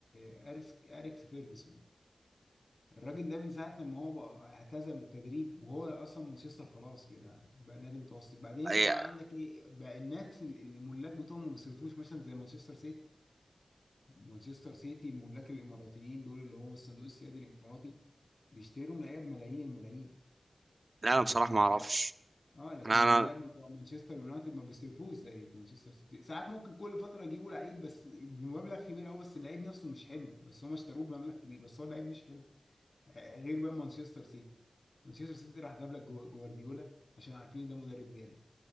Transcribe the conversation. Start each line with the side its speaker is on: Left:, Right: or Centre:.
Left: أريس- اريكس فيرجسون الراجل ده من ساعة لما هو بقى اعتزل التدريب وهو أصلا مانشستر خلاص كده بقى نادي متوسط بعدين
Right: أي-
Left: أنت بقى عندك إيه بقى الناس اللي اللي الملاك بتوعهم ما بيصرفوش مثلا زي مانشستر سيتي مانشستر سيتي الملاك الاماراتيين دول اللي هم الصندوق السيادي الاماراتي بيشتري لهم لعيبه بملايين الملايين
Right: لا
Left: لكن
Right: انا بصراحه
Left: الملاك
Right: ما اعرفش
Left: اه لكن
Right: انا
Left: الملاك
Right: أنا-
Left: بتوع مانشستر يونايتد ما بيصرفوش زي مانشستر سيتي ساعات ممكن كل فتره يجيبوا لعيب بس بمبلغ كبير قوي بس اللعيب نفسه مش حلو بس هم اشتروه بمبلغ كبير بس هو اللعيب مش حلو غير بقى مانشستر سيتي مانشستر سيتي راح جاب لك جو- جوارديولا عشان عارفين ده مدرب جامد